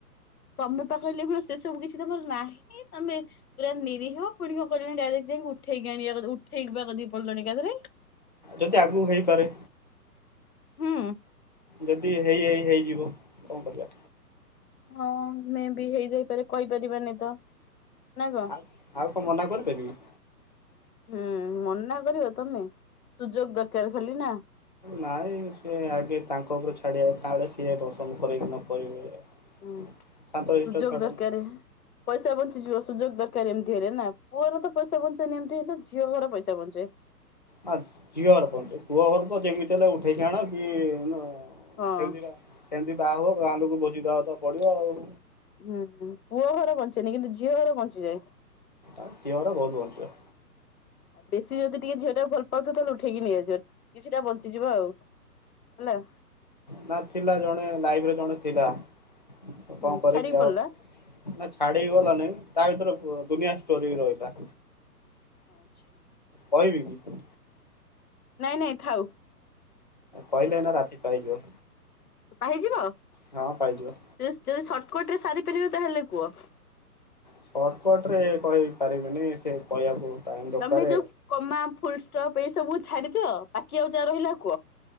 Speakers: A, on the left; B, on the left.
A: ତମେ ପା କହିଲ ଏଖୁ ସେ ସବୁ କିଛି ତମର ନାହିଁ ଇଁ ତମେ ପୁରା ନିରୀହ ପୁଣି କ କହିଲଣି ଡାଇରେକ୍ଟ ଯା ଉଠେଇକି ଆଣିବା କଦ ଉଠେଇକିବାକଦି ପଡିଲଣି ଆ ଥରେ।
B: ଯଦି ଆଗକୁ ହେଇପାରେ।
A: ହୁଁ।
B: ଯଦି ହେଇ ହେଇ ହେଇଯିବ କଣ କରିବା?
A: ହଁ ମେ ବି ହେଇଯାଇପାରେ କହିପାରିବାନି ତ। ନା କଣ?
B: ଆ ଆଉ କଣ ମନା କରିପାରିବି।
A: ହୁଁ ମନା କରିବ ତମେ ସୁଯୋଗ ଦରକାର ଖାଲି ନା।
B: ନାଇଁ ସେ ଆଗେ ତାଙ୍କ ଉପରୁ ଛାଡେ ତା ବେଳେ ସିଏ ପସନ୍ଦ କରିବେ
A: ହୁଁ
B: କି ନ କରିବେ
A: ହୁଁ
B: ଶାନ୍ତଶିଷ୍ଟ
A: ସୁଯୋଗ
B: ଛୁଆଟା
A: ଦରକାର।
B: ନା।
A: ପଇସା ବଞ୍ଚିଯିବ ସୁଯୋଗ ଦରକାର ଏମିତି ହେଲେ ନା, ପୁଅର ତ ପଇସା ବଞ୍ଚେନି ଏମିତି ହେଲେ, ଝିଅ ଘର ପଇସା ବଞ୍ଚେ।
B: ହାସ୍ ଝିଅ ଘର ପଞ୍ଚେ, ପୁଅ ଘର ତ ଯେମିତି ହେଲେ ଉଠେଇକି ଆଣ କି ନା
A: ହଁ
B: ସେମିତି ବା ସେମିତି ବାହା ହବ, ଗାଁ ଲୋକକୁ ଭୋଜି ଦବାକୁ ତ ପଡିବ ଆଉ।
A: ହୁଁ ହୁଁ, ପୁଅ ଘର ବଞ୍ଚେନି କିନ୍ତୁ ଝିଅ ଘର ବଞ୍ଚିଯାଏ।
B: ଆ ଝିଅ ଘର ବହୁତ ବଞ୍ଚିବ।
A: ଆ ବେଶୀ ଯଦି ଟିକେ ଝିଅ ଟାକୁ ଭଲ ପାଉଥିବ, ତାହେଲେ ଉଠେଇକି ନେଇଆସିବ, କିଛିଟା ବଞ୍ଚିଯିବ ଆଉ। ହେଲା।
B: ନା ଥିଲା ଜଣେ ଲାଇଫରେ ଜଣେ ଥିଲା କଣ
A: ହୁଁ
B: କରିବି
A: ଛାଡିକି ପଳେଇଲା।
B: ଆଉ। ନା ଛାଡିକି ଗଲା ନାଇଁ, ତା ଭିତରେ ବ ଦୁନିଆ ଷ୍ଟୋରୀ ରହିଲା।
A: ଆଚ୍ଛା।
B: କହିବି କି?
A: ନାଇଁ ନାଇଁ ଥାଉ।
B: କହିଲେ ଏନା ରାତି ପାହିଯିବ।
A: ପାହିଯିବ?
B: ହଁ ପାଇଯିବ।
A: ଜ ଜ ସର୍ଟକଟ ରେ ସାରି ପାରିବ, ତାହେଲେ କୁହ।
B: ସର୍ଟକଟ ରେ କହି ପାରିବିନି, ସେ କହିବାକୁ ଟାଇମ୍ ଦରକାର।
A: ତମେ ଯୋଉ କମା, ଫୁଲ ଷ୍ଟପ୍ ଏଇ ସବୁ ଛାଡିଦିଅ ବାକି ଆଉ ଯାହା ରହିଲା କୁହ।